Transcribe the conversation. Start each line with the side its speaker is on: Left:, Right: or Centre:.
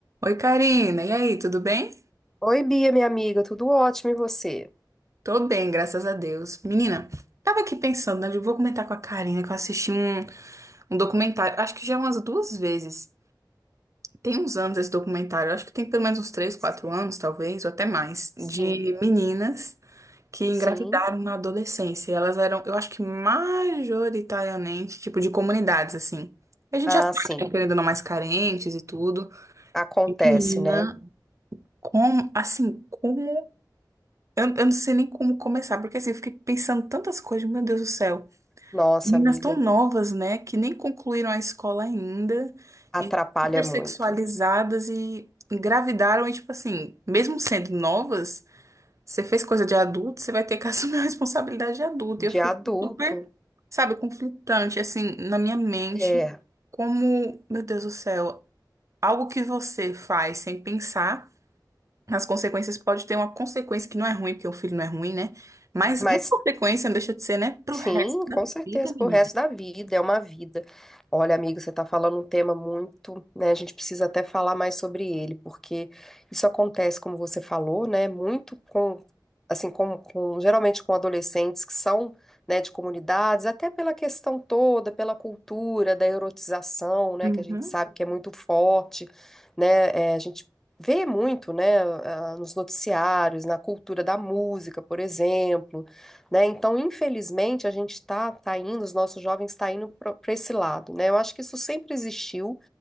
Right: Oi, Karina. E aí, tudo bem?
Centre: Oi, Bia, minha amiga, tudo ótimo e você?
Right: Tô bem, graças a Deus. Menina, tava aqui pensando, né? Eu vou comentar com a Karina que eu assisti um, um documentário, acho que já umas duas vezes. Tem uns anos esse documentário, acho que tem pelo menos uns três, quatro
Centre: Sim,
Right: anos, talvez, ou até mais, de
Centre: sim,
Right: meninas que engravidaram
Centre: sim.
Right: na adolescência. E Elas eram, eu acho que majoritariamente, tipo, de comunidades, assim. A gente
Centre: Ah,
Right: já sabe,
Centre: sim.
Right: né, querendo ou não, mais carentes e tudo.
Centre: Acontece,
Right: E menina,
Centre: né?
Right: como, assim, como Eu, eu não sei nem como começar, porque assim, eu fiquei pensando tantas coisas, meu Deus do céu.
Centre: Nossa,
Right: Meninas
Centre: amiga,
Right: tão novas, né, que nem concluíram a escola ainda, e
Centre: atrapalha
Right: super
Centre: muito.
Right: sexualizadas e engravidaram, e tipo assim, mesmo sendo novas, você fez coisa de adulto, você vai ter que <laughs> assumir a responsabilidade de adulto.
Centre: De
Right: E eu fiquei
Centre: adulto,
Right: super, sabe, conflitante, assim, na minha mente,
Centre: é.
Right: como, meu Deus do céu, algo que você faz sem pensar. As consequências pode ter uma consequência que não é ruim, porque o filho não é ruim, né? Mas
Centre: Mas
Right: uma consequência não deixa de ser, né? Pro
Centre: Sim,
Right: resto da
Centre: com certeza,
Right: vida, menina.
Centre: pro resto da vida, é uma vida. Olha, amigo, você está falando um tema muito, né? A gente precisa até falar mais sobre ele, porque isso acontece, como você falou, né? Muito com, assim, com, com- geralmente com adolescentes que são, né, de comunidades, até pela questão toda, pela cultura da erotização, né?
Right: Uhum,
Centre: Que a gente sabe que é muito forte, né? é, a gente vê muito, né? ah, Nos noticiários, na cultura da música, por exemplo né? Então, infelizmente, a gente está tá indo, os nossos jovens estão indo para esse lado, né? Eu acho que isso sempre existiu,